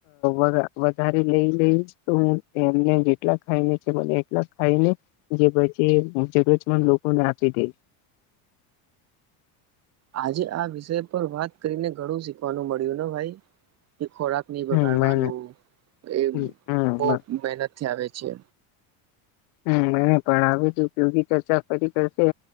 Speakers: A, on the left (about 60°); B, on the right (about 35°).
A: અ વધારે લઈ લઈશ તો હું એમને જેટલા ખાઈને મને એટલા ખાઈને જે પછી હું જગત પણ લોકોને આપી દેશ
B: આજે આ વિષય પર વાત કરીને ઘણું શીખવાનું મળ્યું ને ભાઈ એ ખોરાક ની વગાડવાનું
A: હમ મને
B: એ
A: હમ હમ
B: બહ મહેનતથી આવે છે.
A: હમ્મ પણ આવે યોગી ચર્ચા ફરી કરશે